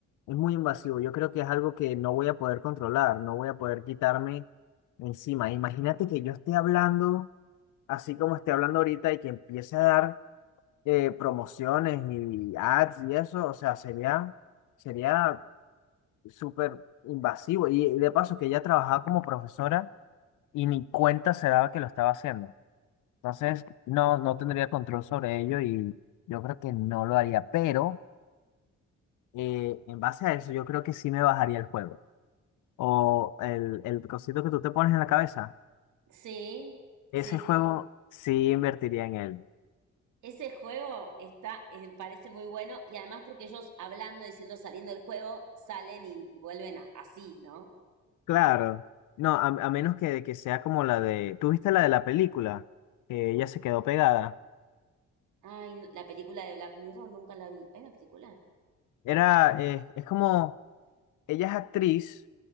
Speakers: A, on the left (about 80°); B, on the right (about 75°).
A: es muy invasivo. Yo creo que es algo que no voy a poder controlar, no voy a poder quitarme encima. Imagínate que yo esté hablando así como estoy hablando ahorita y que empiece a dar eh, promociones y ads y eso, o sea, sería, sería súper invasivo. Y, y de paso que ella trabajaba como profesora y ni cuenta se daba que lo estaba haciendo. Entonces, no, no tendría control sobre ello y yo creo que no lo haría. Pero eh, en base a eso, yo creo que sí me bajaría el juego. O el, el cosito que tú te pones en la cabeza.
B: Sí,
A: Ese
B: sí,
A: juego
B: sí.
A: sí invertiría en él.
B: Ese juego está, eh, parece muy bueno y además porque ellos hablando, diciendo, saliendo del juego, salen y, y vuelven a- así, ¿no?
A: Claro. No, a, a menos que, que sea como la de... ¿Tú viste la de la película? Que ella se quedó pegada.
B: Ay, no, la película de Black Mirror nunca la vi. ¿Hay una película?
A: Era, eh, es como... Ella es actriz